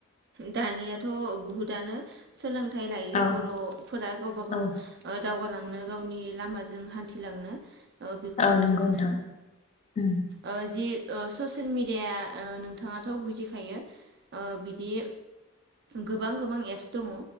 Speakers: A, on the right (about 50°); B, on the left (about 30°).
A: दानियाथ' बहुतआनो सोलों थाय लायो
B: औ
A: बर'फोरा गावबा गाव
B: औ
A: ओ दावगालांनो गावनि लामाजों हान्थिलांनो ओ बेखौ
B: औ
A: नुनो
B: नंगौ
A: मोनो
B: नोंथां उम
A: ओ जि ओ ससियेल मि डिया ओ नोंथाङा थ' बुजिखायो ओ बिदि गोबां गोबां एप्स दङ।